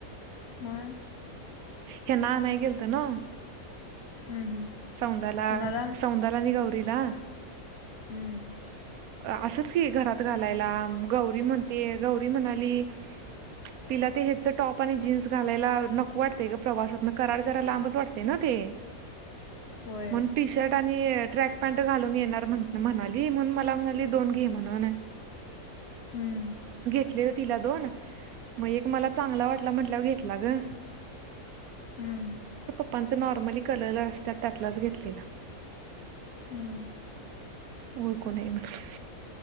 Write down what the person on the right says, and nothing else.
हे ना नआनाय गेलत ना
सौंदाला
सौंदाला नि गाऊ. रीला.
असंच की घरात घालायला गौरी म्हणती, गौरी म्हणाली. तिला ते हच टॉप आणि जीन्स घालायला नको वाट ग प्रवासातन कराड जरा लांबच वाटतय ना ते
म्हणून टि शरट. णी ट्रॅक पॅ्ट घालून येणार म्हणाली, म्हणून मला म्हणाली दोन घे म्हणून.
घेतले व तिला दोन, मग एक मला चांगला वाटला म्हंटलाव घेतला ग.
आप्ांच नॉर्मली कलर असतात त्यातलाच घेतलेला.
ओळकू नये म्हणून